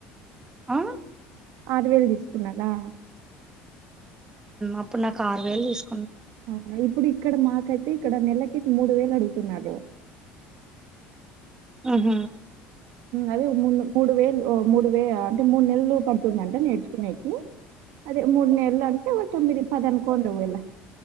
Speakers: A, on the right; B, on the right.
A: ఆ
B: ఆరు వేలు తీసుకున్నదా
A: అప్పుడు నాకు ఆరు వేలు తీసుకు
B: అవునా ఇప్పుడు ఇక్కడ మాకైతే ఇక్కడ నెలకి మూడు వేలు అడుగుతున్నారు
A: ఆహ
B: అదే మూ మూడు వేలు మూడు వే అంటే మూడు నెలలు పడుతుందంట నేర్చుకునేకి అదే మూడు నెలు అంటే వా తొమ్మిది పది అనుకోది ఓవల